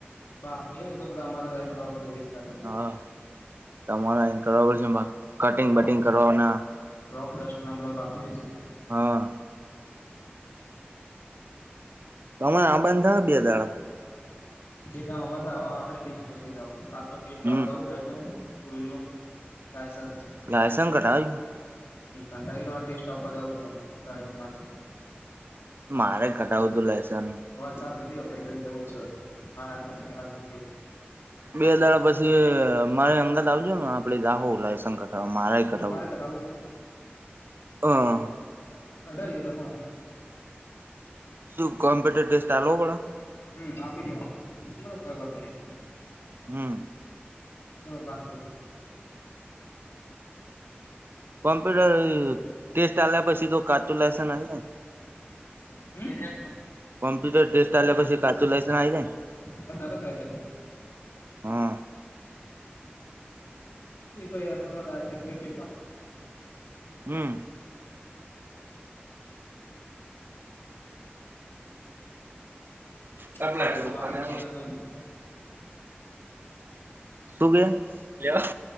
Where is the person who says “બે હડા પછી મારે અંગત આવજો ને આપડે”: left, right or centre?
Right